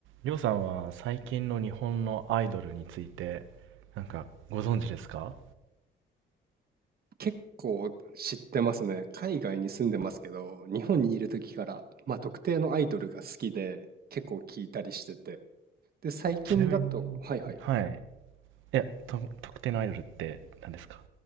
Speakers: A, on the right; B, on the right.
A: りょうさんは最近の日本のアイドルについて、なんかご存知ですか
B: 結構知ってますね。海外に住んでますけど、日本にいる時から、まあ、特定のアイドルが好きで、結構聞いたりしてて。で、最近だと、
A: ちなみに、
B: はいはい、
A: はい。いや、と、特定のアイドルって何ですか